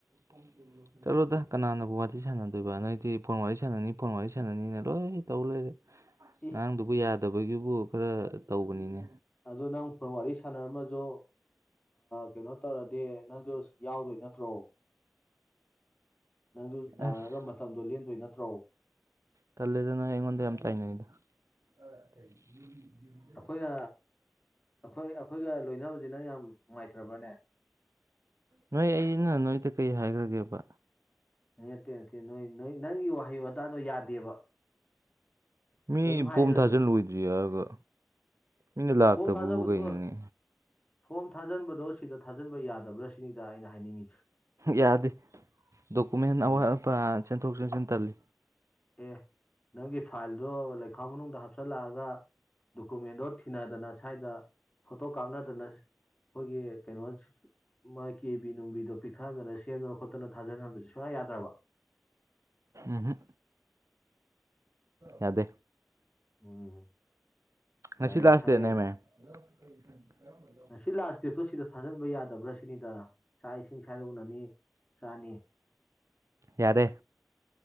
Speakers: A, on the right; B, on the left.
A: ꯄꯝꯣ ꯆꯠꯂꯣꯗ ꯀꯅꯥꯅꯕꯨ ꯋꯥꯔꯤꯇ ꯁꯥꯟꯅꯗꯣꯏꯕ ꯅꯣꯏꯗꯤ ꯐꯣꯟ ꯋꯥꯔꯤ ꯁꯥꯟꯅꯅꯤ ꯐꯣꯟ ꯋꯥꯔꯤ ꯁꯥꯟꯅꯅꯤꯅ ꯂꯣꯏ ꯇꯧ ꯂꯩꯔꯦ
B: ꯏ
A: ꯑꯉꯥꯡꯗꯨꯕꯨ ꯌꯥꯗꯕꯒꯤꯕꯨ ꯈꯔ ꯇꯧꯕꯅꯤꯅꯦ
B: ꯑꯗꯨꯣ ꯅꯪ ꯐꯣꯟ ꯋꯥꯔꯤ ꯁꯥꯟꯅꯔꯝꯃꯁꯨ ꯀꯩꯅꯣ ꯇꯧꯔꯗꯤ ꯅꯪꯁꯨ ꯌꯥꯎꯗꯣꯏ ꯅꯠꯇ꯭ꯔꯣ ꯅꯪꯁꯨ ꯌꯥꯅꯔꯒ
A: ꯑꯁ
B: ꯃꯇꯝꯗꯣ ꯂꯦꯟꯗꯣꯏ ꯅꯠꯇ꯭ꯔꯣ
A: ꯇꯜꯦꯗꯅꯣ ꯌꯦꯉꯣꯟꯣ ꯌꯥꯝ ꯇꯥꯏꯅꯗ ꯌ ꯌ
B: ꯑꯩꯈꯣꯏꯅ ꯑꯩꯈꯣꯏ ꯑꯩꯈꯣꯏꯒ ꯂꯣꯏꯅꯕꯖꯤꯅ ꯌꯥꯝ ꯅꯨꯡꯉꯥꯏꯇ꯭ꯔꯕꯅꯦ
A: ꯅꯣꯏ ꯑꯩꯅ ꯅꯣꯏꯗ ꯀꯔꯤ ꯍꯥꯏꯈ꯭ꯔꯒꯦꯕ
B: ꯅꯠꯇꯦ ꯅꯠꯇꯦ ꯅꯣꯏ ꯅꯣꯏ ꯅꯪꯒꯤ ꯋꯥꯍꯩ ꯋꯥꯇꯥꯗꯣ ꯌꯥꯗꯦꯕ
A: ꯃꯤ
B: ꯀꯔꯤꯝ ꯍꯥꯏꯗ꯭ꯔꯁꯨ
A: ꯄꯣꯝ ꯊꯥꯖꯤꯜꯂꯣꯏꯗ꯭ꯔꯤ ꯍꯥꯏꯔꯒ ꯃꯤꯅ ꯂꯥꯛꯇꯕꯕꯨ
B: ꯐꯣꯝ ꯊꯥꯖꯕꯗꯣ
A: ꯀꯩꯅꯣꯅꯤ
B: ꯐꯣꯝ ꯊꯥꯖꯤꯟꯕꯗꯣ ꯁꯤꯗ ꯊꯥꯖꯤꯟꯕ ꯌꯥꯗꯕ꯭ꯔꯥ ꯁꯤꯅꯤꯗ ꯑꯩꯅ ꯍꯥꯏꯅꯤꯡꯉꯤꯁꯦ
A: ꯌꯥꯗꯦ ꯗꯣꯀꯨꯃꯦꯟ
B: ꯀꯔꯤꯒꯤꯅꯣ
A: ꯑꯋꯥꯠ ꯑꯄꯥ ꯆꯦꯟꯊꯣꯛ ꯆꯦꯟꯁꯤꯟ ꯇꯜꯂꯤ
B: ꯑꯦ ꯅꯪꯒꯤ ꯐꯥꯏꯜꯗꯣ ꯂꯩꯈꯥꯎ ꯃꯅꯨꯡꯗ ꯍꯥꯞꯆꯜꯂꯛꯑꯒ ꯗꯣꯀꯨꯃꯦꯟꯗꯣ ꯊꯤꯅꯗꯅ ꯁ꯭ꯋꯥꯏꯗ ꯐꯣꯇꯣ ꯀꯥꯞꯅꯗꯅ ꯑꯩꯈꯣꯏꯒꯤ ꯀꯩꯅꯣ ꯃꯥꯒꯤ ꯀꯦꯕꯤ ꯅꯨꯡꯕꯤꯗꯣ ꯄꯤꯛꯊꯍꯟꯗꯅ ꯁꯦꯝꯗꯅ ꯈꯣꯠꯇꯅ ꯊꯥꯟꯍꯟꯕꯁꯨ ꯁꯨꯡꯌꯥ ꯌꯥꯗ꯭ꯔꯕ
A: ꯎꯝ ꯍ ꯌꯥꯗꯦ
B: ꯎꯝ ꯌꯥꯔꯦ
A: ꯉꯁꯤ ꯂꯥꯁ
B: ꯈꯪꯉꯦ
A: ꯗꯦꯠ ꯅꯦꯃꯦ <inaudible>
B: ꯉꯁꯤ ꯂꯥꯁ ꯗꯦꯠꯇꯣ ꯁꯤꯗ ꯊꯥꯖꯤꯟꯕ ꯌꯥꯗꯕ꯭ꯔꯥ ꯁꯤꯅꯤꯗ ꯆꯥꯛ ꯏꯁꯤꯡ ꯁꯋꯥꯗ ꯎꯅꯅꯤ ꯆꯥꯅꯤ
A: ꯌꯥꯔꯦ